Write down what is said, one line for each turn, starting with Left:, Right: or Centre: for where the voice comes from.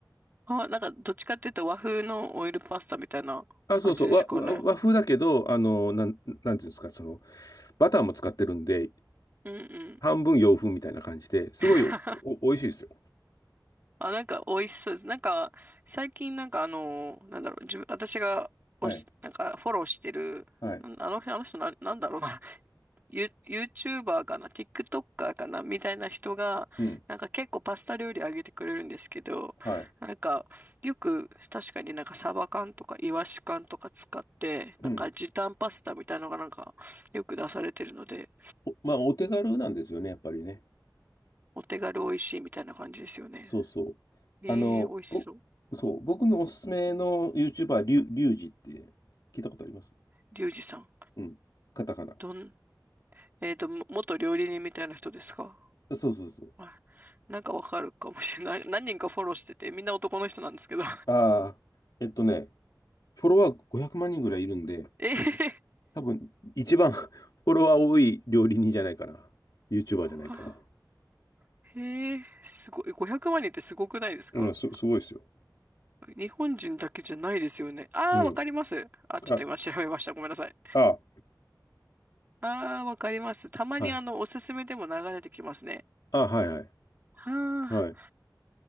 Right: あ、なんか、どっちかっていうと和風のオイルパスタみたいな感じですかね。
Left: あ、そうそう、和、和和風だけど、あの、なん、なんていうんですか、その、バターも使ってるんで、
Right: うんうん。
Left: 半分洋風みたいな感じで、すごいお、
Right: <laughs>
Left: お、美味しいですよ。
Right: あ、なんか美味しそうです。なんか、最近なんかあの、なんだろう、自分、私がおし、
Left: はい、
Right: なんかフォローしてる、
Left: はい、
Right: なんあの、あの人な、なんだろうな、ユ、YouTuber かな、TikToker かな、みたいな人が、
Left: うん、
Right: なんか結構パスタ料理あげてくれるんですけど、
Left: はい、
Right: なんか、よく確かになんかサバ缶とかイワシ缶とか使って、なんか時短パスタみたいなのがなんか、
Left: うん。
Right: よく出されてるので、
Left: おまあ、お手軽なんですよね、やっぱりね。
Right: お手軽美味しいみたいな感じですよね。
Left: そうそう。
Right: えー、
Left: あの、
Right: 美味しそう。
Left: ぼ、そう、僕のおすすめの YouTuber、リュ、リュウジって聞いたことあります
Right: リュウジさん。
Left: うん。カタカナ。
Right: どん、えっと、も元料理人みたいな人ですか
Left: そうそうそう。
Right: はい。なんかわかるかもしれない。<laughs> 何人かフォローしてて、みんな男の人なんですけど。
Left: ああ、えっとね、フォロワー500万人ぐらいいるんで、
Right: <laughs> ええ
Left: 多分一番 <laughs> フォロワー多い料理人じゃないかな。YouTuber じゃないかな。
Right: は <laughs> へえ、すごい。500万人ってすごくないですか
Left: いや、す、すごいですよ。
Right: 日本人だけじゃないですよね。ああ、
Left: うん。
Right: わかります。あ、ちょっと今調べました。
Left: あ、
Right: ごめんなさい。
Left: あ、
Right: ああ、わかります。たまにあの、
Left: はい。
Right: おすすめでも流れてきますね。
Left: あ、はいはい。
Right: はあ、
Left: はい。